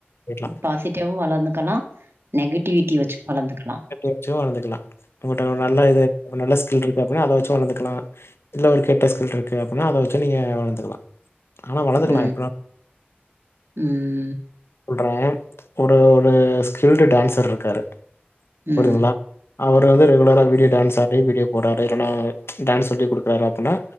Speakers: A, on the left (about 85°); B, on the right (about 75°).
A: போயிடலாம்
B: பாசிட்டிவ வளந்துக்கலா நெகட்டிவிட்டி வச்சு வளந்துக்கலா
A: வச்சு வளந்துக்கலா உங்கட்ட நல்ல இது அப்ப நல்ல ஸ்கில் இருக்கு அப்டினா அத வச்சு வளந்துக்கலா இல்ல ஒரு கெட்ட ஸ்கில் இருக்கு அப்டினா அத வச்சு நீங்க வளந்துக்கலா ஆனா வளந்துக்கலா
B: ம்
A: எப்பனா
B: ம்
A: சொல்றே ஒரு ஒரு ஸ்கில்டு டான்ஸ் தருக்காரு
B: ம்
A: புரியுதுங்ளா அவரு வந்து ரெகுலரா வீடியோ டான்ஸ் ஆடி வீடியோ போறாரு இல்லனா டான்ஸ் சொல்லி குடுக்குறாரு அப்பின்னா